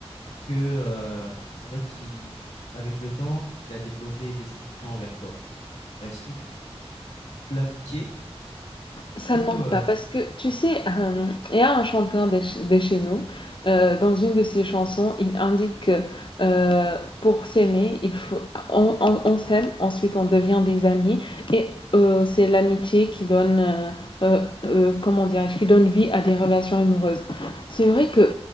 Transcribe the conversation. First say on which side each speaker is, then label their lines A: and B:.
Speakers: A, on the left; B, on the left.
A: que euh, en fait, il, avec le temps, il a développé des sentiments envers toi. Est-ce que tu, tu coupes l'amitié
B: Ça
A: ou
B: ne manque
A: euh,
B: pas parce que tu sais, euh, il y a un chanteur de, ch- de chez nous, euh, dans une de ses chansons, il indique que euh, pour s'aimer, il faut, on, on- on s'aime, ensuite on devient des amis et euh, c'est l'amitié qui donne, euh, euh, euh, comment dirais-je, qui donne vie à des relations amoureuses. C'est vrai que